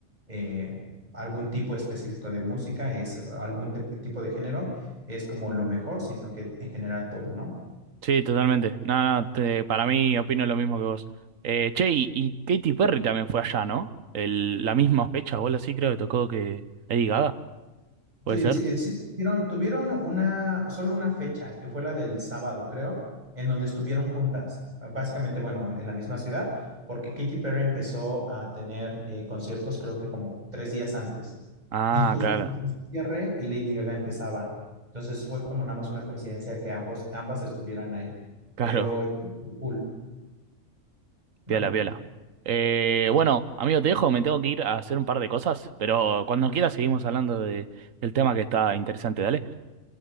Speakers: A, on the right (about 30°); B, on the right (about 75°).
A: eh, algún tipo específico de música, es algún te- tipo de género, es como lo mejor, sino que en general todo, ¿no?
B: Sí, totalmente. No, no, te- para mí opino lo mismo que vos. Eh, che, y, y Katy Perry también fue allá, ¿no? El, la misma fecha, o algo así creo que tocó que Lady Gaga, ¿puede
A: Sí,
B: ser?
A: sí, sí, tuvieron, tuvieron una, solo una fecha, que fue la del sábado, creo, en donde estuvieron juntas, básicamente, bueno, en la misma ciudad, porque Katy Perry empezó a tener eh, conciertos, creo que como tres días antes,
B: Ah,
A: y justo
B: claro,
A: hizo su cierre y Lady Gaga empezaba. Entonces fue como nada más una coincidencia que ambos, ambas estuvieran ahí,
B: claro.
A: pero cool, ¿no?
B: Piola, piola. Eh, bueno, amigo, te dejo, me tengo que ir a hacer un par de cosas, pero cuando quieras seguimos hablando de, del tema que está interesante, dale.